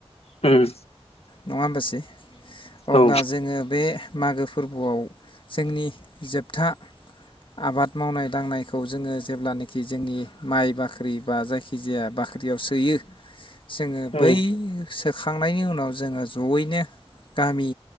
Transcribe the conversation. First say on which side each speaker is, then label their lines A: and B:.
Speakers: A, on the left; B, on the left.
A: उम।
B: नङा होनबासै? अब्ला
A: औ
B: जोङो बे मागो फोरबोआव जोंनि जोबथा आबाद मावनाय दांनायखौ जोङो जेब्लानाखि जोंनि माइ बाख्रि बा जायखि जाया बाख्रियाव सोयो जोङो बै
A: उम
B: सोखांनायनि उनाव जोङो जयैनो गामि